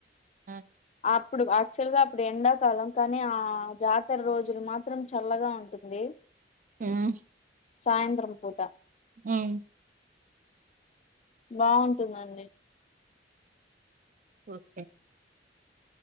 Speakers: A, on the right; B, on the left.
A: మ్మ్
B: అప్పుడు యాక్చువల్ గా అప్పుడు ఎండాకాలం కానీ ఆ జాతర రోజులు మాత్రం చల్లగ ఉంటుంది
A: మ్మ్
B: సాయంత్రం పూట
A: మ్మ్
B: బావుంటుందండి
A: ఒకే